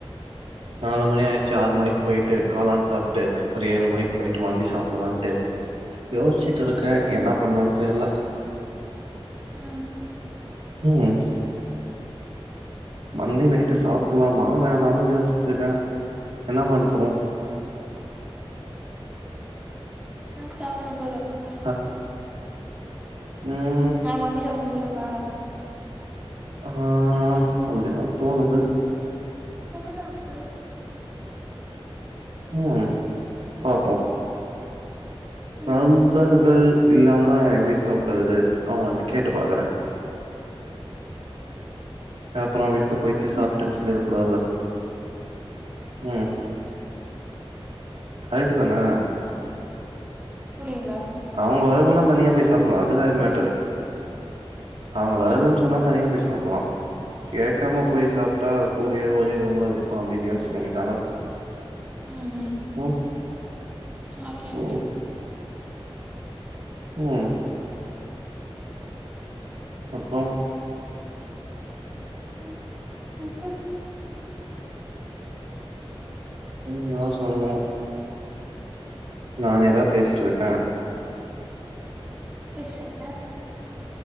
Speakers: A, on the right (about 75°); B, on the right (about 15°).
A: நாலு மணி ஆயிடுசு ஆறு மணிக்கு போயிட்டு காளான் சாப்ட்டு ஒரு ஏழு மணிக்கு போயிட்டு மருபடியு சாப்படலான்ட்டு யோசிச்சுட்டு இருக்கே என்ன பண்ணுன்னு தெர்ல
B: ம்
A: ம் மந்தி நைட்டு சாப்டுலாமா வேணாமனு யோசிட்டு இருக்கே என்ன பண்ணட்டு
B: எனக்கு சாப்புணு போலஇருக்கு
A: அ ம்
B: நா வண்டில வரணும் போலக்கா
A: ஆ அப்படிதா தோணுது
B: எப்ப சாப்பட்ற
A: ம் பாப்போ நண்பர்கள்
B: ம்
A: இல்லாம எப்டி சாப்டறாது நா அவுங்கள்ட்ட கேட்டு பாக்குறே அப்புறோ விட்டு போய்ட்டு சாப்டன்
B: ம்
A: சொல்லிட கூடாதுல ம் கரெக்ட்டுதானே
B: புரியில
A: அவுங்க வர்லனா தனியா போய் சாப்பிப்லா அது வேற மேட்டரு அவுங்க
B: ம்
A: வரலன்ன் சொன்னா தனியா போய் சாப்பில்லா கேக்காம
B: ம்
A: போய் சாப்ட்டா கூடிய ஒரே ரூம்ல இருக்கு அப்டீனு யோசிக்க மாட்டாங்க
B: ம் ம்
A: ம்
B: ஓகே ஓகே
A: ம் ம் அப்றோ
B: <unintelligible>
A: நீங்கதா சொல்னு நானேதா பேசிட்ருக்கே
B: பேசுங்க